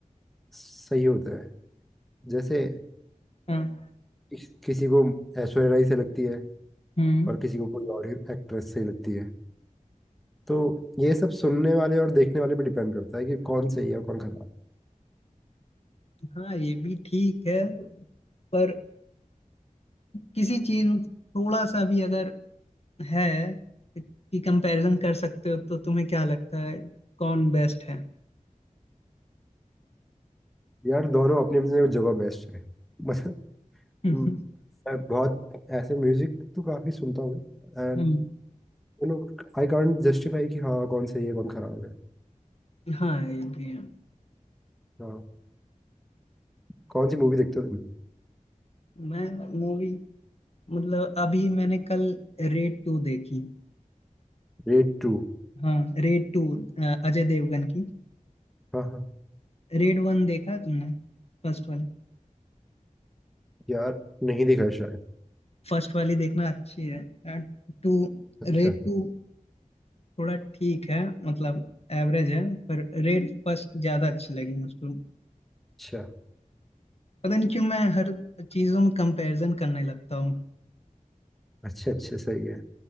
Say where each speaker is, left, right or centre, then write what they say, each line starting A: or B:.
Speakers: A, in the centre; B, on the left.
A: सही होता है जैसे
B: हाँ
A: किस- किसी को ऐश्वर्या राय से लगती है
B: हम्म
A: और किसी को कोई और एक्ट्रेस से लगती है तो ये सब सुनने वाले और देखने वाले पे डिपेंड करता है कि कौन सही है और कौन खराब
B: हाँ ये भी ठीक है पर किसी चीज में थोड़ा सा भी अगर है कि कंपैरिजन कर सकते हो तो तुम्हें क्या लगता है कौन बेस्ट है
A: है यार दोनों अपनी अपनी जगह बेस्ट है <laughs> मतलब
B: <laughs>
A: हम्म, मैं बहुत ऐसे म्यूजिक तो काफी सुनता हूँ and
B: हम्म,
A: you know I can't justify कि हाँ कौन सही है कौन खराब है
B: हाँ ये भी है
A: हाँ कौन सी मूवी देखते हो तुम
B: मैं मूवी मतलब अभी मैंने कल रेड टू देखी
A: Red to
B: हाँ रेड टू अजय देवगन की
A: हाँ हाँ
B: रेड वन देखा है तुमने First one
A: यार नहीं देखा है शायद
B: फर्स्ट वाली देखना अच्छी है टू
A: अच्छा
B: रेड टू थोड़ा ठीक है मतलब एवरेज है पर रेड फर्स्ट ज्यादा अच्छी लगी मुझको
A: अच्छा
B: पता नहीं क्यों मैं हर चीजों में कंपैरिजन करने लगता हूँ
A: अच्छा अच्छा सही है